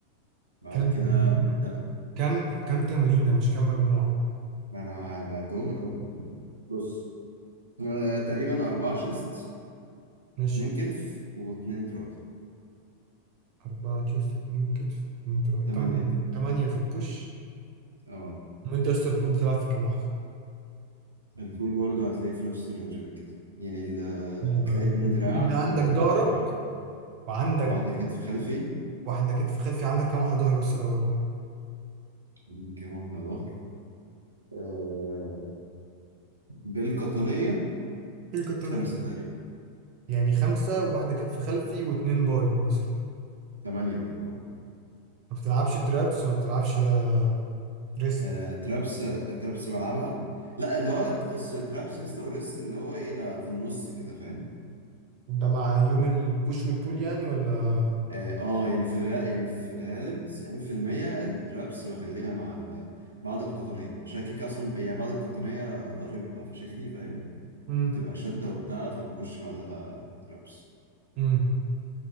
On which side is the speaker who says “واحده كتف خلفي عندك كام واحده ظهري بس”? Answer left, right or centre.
Right